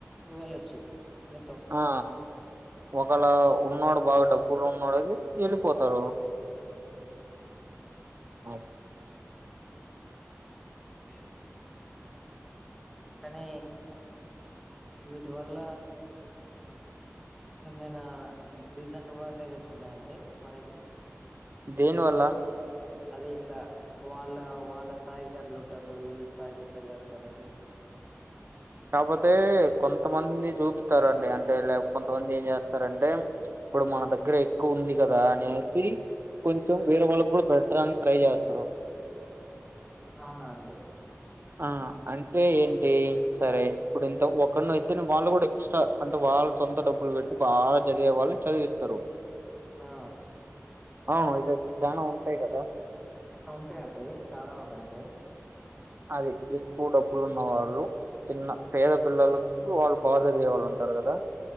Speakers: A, in the centre; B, on the right (about 45°).
A: వెళ్ళొచ్చు మితం
B: ఆ ఒకలా ఉన్నోడు బాగా డబ్బులు ఉన్నోడు అయితే వెళ్ళిపోతారు
A: <unintelligible>
B: ఆ
A: హ్ కానీ వీటి వల్ల ఏమైనా డిస్ఆడ్వాంటేజెస్ ఉన్నాయండి మనకి
B: దేని వల్ల
A: అదే ఇట్లా వాళ్ళ వాళ్ళ స్థాయికి అట్లా ఉంటారు ఈ స్థాయికి ఇట్లా చేస్తారు <inaudible>
B: కాపోతే కొంతమంది చూపితారుండి అంటే లే కొంతమంది ఏం చేస్తారంటే ఇప్పుడు
A: ఉమ్,
B: మన దగ్గర ఎక్కువ ఉంది కదా అనేసి కొంచెం
A: ఉమ్.
B: వేరే వాళ్ళకి కూడా పెట్టడానికి అని ట్రై చేస్తారు
A: అవునా అండి
B: ఆ అంటే ఏంటి సరే ఇప్పుడు ఇంత ఒకనో ఇద్దని వాళ్ళు కూడా ఎక్స్ట్రా అంటే వాళ్ళు సొంత డబ్బులు పెట్టి బాగా చదివే వాళ్ళును చదివిస్తారు
A: ఆ
B: ఆ ఇగ అయి చానా ఉంటాయి కదా
A: ఉంటాయండి చాలా ఉంటాయండి
B: అది ఎక్కువ డబ్బులు ఉన్నవాళ్ళు చిన్న పేద పిల్లలు కు వాళ్ళు బా చదివేవాళ్ళు ఉంటారు కదా